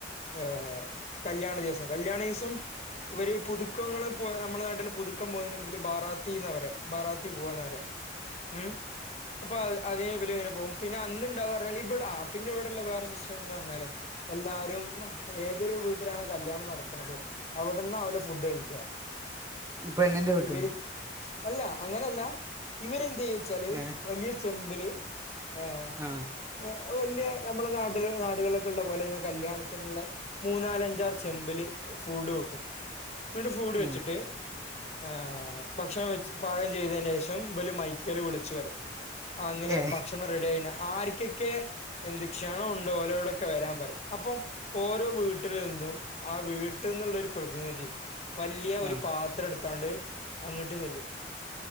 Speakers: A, on the left; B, on the right.
A: ഹ് കല്യാണ ദിവസം കല്യണീസം ഇവര് പുതുക്ക പുക്കങ്ങൾ നമ്മുടെ നാട്ടിൽ പുതുക്കം പോകതിനന് ബറാത്തി എന്ന് പറ ബാറ ത്തി പോവന്നറിയ ഉം അപ്പൊ അതേതില് ഇങ്ങനെ പോവും പിന്നെ അന്ന് എന്താന്ന് പറഞ്ഞാൽ ഇവിടെ ആ പിന്നെ ഇവിടെള്ള വേറെ സിസ്റ്റം എന്ന് പറഞ്ഞാൽ എല്ലാരും ഏതൊരു വീട്ടിലാണ് കല്യാണം നടക്കണുന്നത് അവിടുന്ന് ആവൂല ഫുഡ് കഴി ല്ല
B: പെണ്ണിൻ്റെ വീട്ടിൽ
A: ഇവര്
B: നിന്ന്
A: അല്ല അങ്ങനല്ല ഇവരെന്ത് ചെയ്യും വച്ചാല്
B: ഏ
A: വലിയ ചെമ്പില് ആഹ്
B: ആ
A: വലിയ നമ്മളെ നാട്ട നാടുകൾക്കുള്ള പോലെ തന്നെ കല്യാണത്തിനുള്ള മൂന്നാല് അഞ്ചാറ് ചെമ്പില് ഫൂഡ് വെക്കും. എന്നീട്ട് ഫൂഡ് വെച്ചിട്ട്
B: ഉം.
A: ഏ ഭക്ഷണം വെ പാകം ചെയ്തതിന് ശേഷം ഇവല് മൈക്കല് വിളിച്ചു പറയും അങ്ങനെ
B: ഏ
A: ഭക്ഷണം റെഡി ആയിന ആർക്കൊക്കെ എന്ത് ക്ഷണം ഉണ്ടോ ഓലോടൊക്കെ വരാൻ പറയും അപ്പം ഓരോ വീട്ടിൽ നിന്നും ആ വീട്ടിൽന്ന് ഇള്ള ഒരു പ്രതിനിധി വലിയ ഒരു
B: ആ
A: പാത്രം എടുത്താണ്ട് അങ്ങോട്ട് ചെല്ലും.